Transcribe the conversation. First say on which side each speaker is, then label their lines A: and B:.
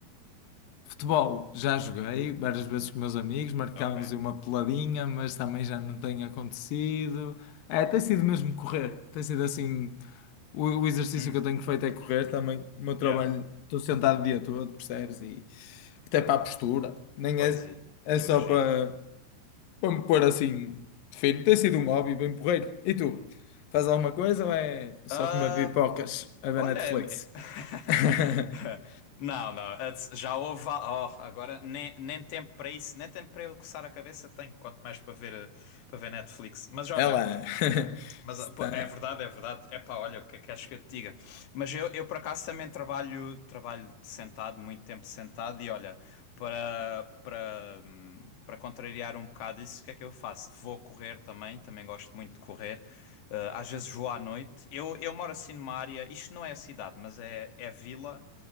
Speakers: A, on the left; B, on the left.
A: Futebol, já joguei várias vezes com meus amigos, marcávamos
B: Ok.
A: aí uma peladinha, mas também já não tem acontecido. É, tem sido mesmo correr, tem sido assim. O, o exercício
B: Hum,
A: que eu tenho feito é correr também. O meu trabalho,
B: yeah,
A: estou sentado o dia todo, percebes? E até para a postura, nem
B: pois
A: é,
B: i-
A: é
B: imagino.
A: só para, para me pôr assim fino. Tem sido um hobby bem porreiro. E tu, faz alguma coisa ou é só
B: Ah,
A: comer pipocas a ver
B: olha,
A: Netflix?
B: é- <laughs>
A: <laughs>
B: não, não, it's- já houve. va- Oh, agora nem, nem tempo para isso, nem tempo para eu coçar a cabeça tenho, quanto mais para ver, eh, para ver Netflix. Mas olha.
A: Ela <laughs>
B: Mas
A: está.
B: ah, pô, é verdade, é verdade. É pá, olha, o que é que queres que eu te diga? Mas eu, eu por acaso também trabalho, trabalho sentado, muito tempo sentado, e olha, para, para, hum, para contrariar um bocado isso, o que é que eu faço? Vou correr também, também gosto muito de correr. Uh, às vezes vou à noite. Eu, eu moro assim numa área, isto não é a cidade, mas é, é vila.